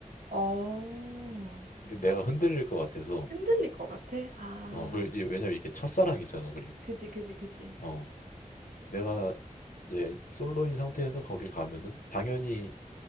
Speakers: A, on the right; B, on the left.
A: 어,
B: 근데 내가 흔들릴 것 같아서
A: 흔들릴 것 같아? 아,
B: 어 그리고 이제 왜냐면 이게 첫사랑이잖아. 그리고
A: 그지, 그지, 그지.
B: 어 내가 이제 솔로인 상태에서 거길 가면은 당연히